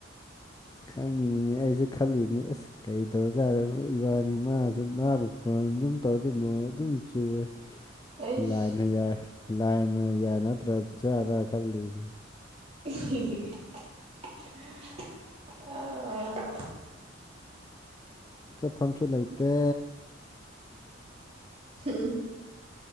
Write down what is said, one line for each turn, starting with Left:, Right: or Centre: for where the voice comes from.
Left: ꯈꯪꯉꯤꯅꯤꯅꯦ ꯑꯩꯁꯨ ꯈꯜꯂꯤꯅꯦ ꯑꯁ ꯀꯩꯗꯧꯖꯥꯔ ꯏꯕꯥꯅꯤ ꯃꯥꯁꯨ ꯃꯥꯕꯨ ꯐꯣꯟ ꯑꯗꯨꯝ ꯇꯧꯗꯤ ꯅꯣꯡ ꯑꯗꯨꯝ ꯆꯨꯋꯦ
Right: ꯑꯩꯁ
Left: ꯂꯥꯏꯅ ꯌꯥꯏ ꯂꯥꯏꯅ ꯌꯥꯏ ꯅꯠꯇ꯭ꯔ ꯖꯔ ꯈꯜꯂꯤꯝ
Right: <unintelligible> <unintelligible> ꯑꯥ
Left: ꯆꯠꯐꯝꯁꯨ ꯂꯩꯇꯦ
Right: ꯍꯨꯎꯝ